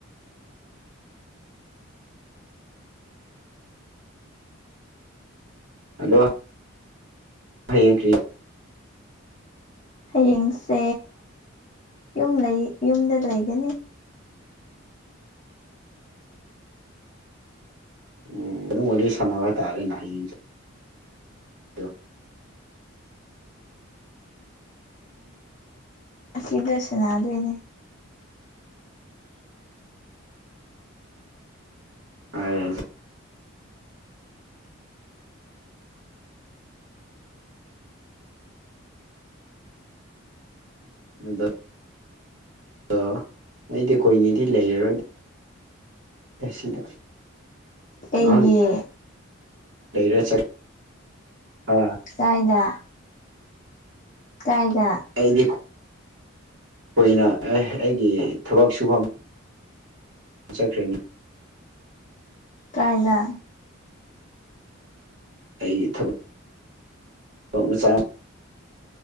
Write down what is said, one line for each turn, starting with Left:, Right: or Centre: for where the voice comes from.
Right: ꯑꯗꯣ ꯍꯌꯦꯡ ꯀ꯭ꯔꯤ
Left: ꯍꯤꯡꯁꯦ ꯌꯨꯝ ꯂꯩ ꯌꯨꯝꯗ ꯂꯩꯒꯅꯤ
Right: ꯎꯝ ꯑꯗꯨ ꯑꯣꯏ ꯁꯥꯟꯅꯕ ꯍꯥꯏ ꯇꯥꯔꯦꯅꯦ ꯍꯌꯦꯡꯁꯦ ꯣ
Left: ꯁꯨꯗ ꯁꯅꯥꯗꯅꯦ
Right: ꯑ ꯑꯗꯣ ꯑꯗꯣ ꯑꯩꯗꯤ ꯀꯣꯏꯅꯤꯗꯤ ꯂꯩꯔꯔꯣꯏ ꯇꯁꯤꯗ
Left: ꯑꯩꯒꯤ
Right: ꯃꯥꯥꯡ ꯂꯩꯔꯦ ꯆꯠ ꯑꯥ
Left: ꯀꯥꯏꯅ ꯀꯥꯏꯗ
Right: ꯑꯩꯗꯤ ꯀꯨꯏꯅ ꯑ ꯑꯩꯒꯤ ꯊꯕꯛ ꯁꯨꯐꯝ ꯆꯠꯈ꯭ꯔꯅꯤ
Left: ꯀꯥꯏꯗ
Right: ꯑꯩꯒꯤ ꯊꯕꯛ ꯊꯕꯛ ꯃꯆꯥ